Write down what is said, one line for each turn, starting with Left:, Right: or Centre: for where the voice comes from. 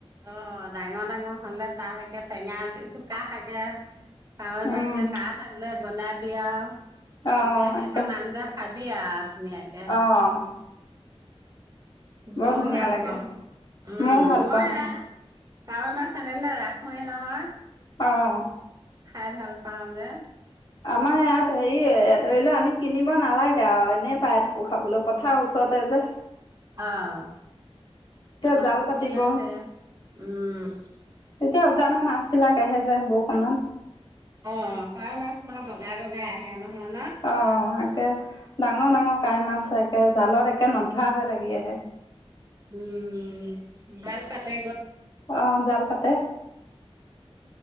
Right: অ', ডাঙৰ-ডাঙৰ হ'লে তাত চাগে টেঙা চুকা শাকে কাৱৈ
Left: উম।
Right: মাছে কা থাকে বনাই বিয়া
Left: অ',
Right: তাকে সেইখন
Left: আকাশ
Right: আঞ্জা খাব দিয়া ধুনীয়া তাকে।
Left: অ', বৰ
Right: মই
Left: ধুনীয়া
Right: ভাল
Left: লাগে
Right: পাওঁ। উম'
Left: ময়ো ভাল
Right: মই
Left: পাওঁ
Right: ভা কাৱৈ মাছ আনিলে ৰাখোৱে নহয়।
Left: অ',
Right: খাই ভাল পাওঁ যে।
Left: আমাৰ হেৰি ধৰি লও আমি কিনিম খাব নালাগে আৰু এনেই পাই থাকো খাবলৈ পথাৰ ওচৰতে যে।
Right: অ',
Left: এতিয়া
Right: তাৰ
Left: জাল
Right: পুখুৰী
Left: পাতিব
Right: আছে। উম',
Left: এ উজানৰ মাছ বিলাক আহে যে বৰষুণত।
Right: অ', কাৱৈ মাছ বগাই-বগাই আহে ন। নহয়
Left: অ', তাকে দা ডাঙৰ-ডাঙৰ কাৱৈ মাছ একে জালত একে নধৰা হয় লাগি আহে।
Right: উম' জাল পাতে
Left: অ' জাল পাতি এ